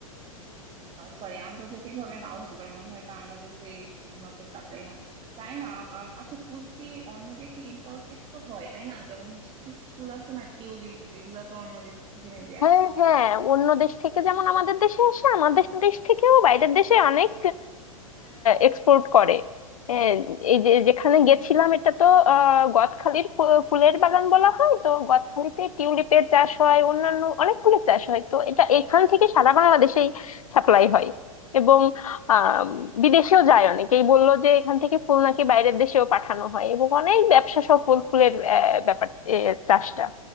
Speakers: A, on the right (about 30°); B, on the left (about 70°).
A: সরি আন্তর্জাতিক ভাবে নাও হতে পারে মনে হয় বাংলাদেশে শুধুমাত্র সাপ্লাই হয় জানি না আ- আ- আচ্ছা ফুল কি অন্য দেশে ইম্পোর্টেড তো হয় তাই না যেমন হচ্ছে কিছু ফুল আছে না টিউলিপ এগুলা তো অন্য দেশ থেকে মেবি
B: হ্যাঁ
A: আসে
B: হ্যাঁ অন্য দেশ থেকে যেমন আমাদের দেশে আসে আমাদের দেশ থেকেও বাইরের দেশে অনেক এক্সপোর্ট করে আহ, এই যে যেখানে
A: উম,
B: গেছিলাম এটা তো আহ, গদখালির ফু- ফুলের বাগান বলা হয় তো গদখালিতে টিউলিপের চাষ হয় অন্যান্য অনেক ফুলের চাষ হয় তো এটা এখান থেকে সারা বাংলাদেশেই সাপ্লাই হয় এবং আহ বিদেশেও যায় অনেকেই বললো যে এখান থেকে ফুল নাকি বাইরের দেশেও পাঠানো হয় এবং অনেক ব্যবসা সফল ফুলের আহ, ব্যাপার এ, চাষটা